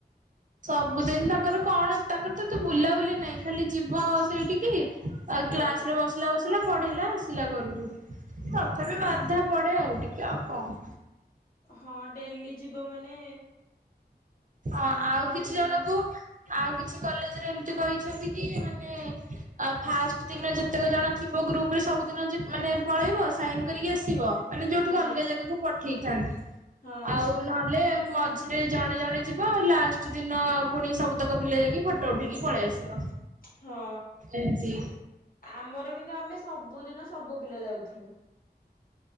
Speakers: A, on the right; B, on the left.
A: ସବୁଦିନ ତାଙ୍କର କଣ ତାଙ୍କର ତ ବୁଲାବୁଲି ନାହିଁ ଖାଲି ଯିବ ସେଇଠି କି। ଆଉ
B: ହଁ।
A: କ୍ଲାସ ରେ ବସିଲା ବସିଲା ପଢେଇଲା ଆସିଲା ଘରକୁ ତଥାପି
B: ଓ
A: ବାଧା ପଢେ ଆଉ ଟିକେ ଆଉ କଣ।
B: ହଁ ଡେଲି ଯିବ ମାନେ।
A: ହଁ
B: ଯାହାହେଲେ
A: ଆଉ କିଛି
B: ଟିକେ
A: ଜଣଙ୍କୁ। ଆଉ କିଛି କଲେଜରେ ଏମିତି କହିଛନ୍ତି କି ମାନେ ଫାର୍ଷ୍ଟ ଦିନ ଯେତେକ ଜଣ ଗ୍ରୁପ ରେ ସବୁଦିନ ମାନେ ପଳେଇବ ସାଇନ କରିକି ଆସିବ। ମାନେ ଯୋଉଠିକି
B: ହଁ।
A: ଅଲଗା ଜାଗାକୁ ପଠେଇଥାନ୍ତି
B: ହଁ
A: ଆଉ ନହେଲେ ମଝିରେ ଜଣେ ଜଣେ ଯିବ ଲାଷ୍ଟ ଦିନ ପୁଣି ସବୁତକ ପିଲା ଯାଇକି ଫଟୋ ଉଠେଇକି ପଳେଇ ଆସିବ।
B: ହଁ
A: ଏମିତି।
B: ଆମର କିନ୍ତୁ ଆମେ ସବୁଦିନ ସବୁ ପିଲା ଯାଉଥିଲୁ।